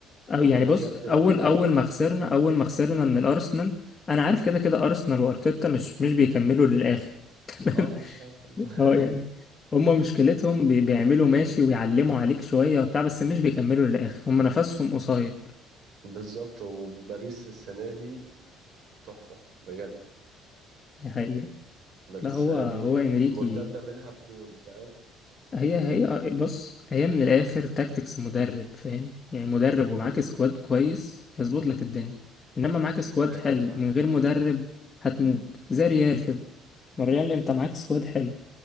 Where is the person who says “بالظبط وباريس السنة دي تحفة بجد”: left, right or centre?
Right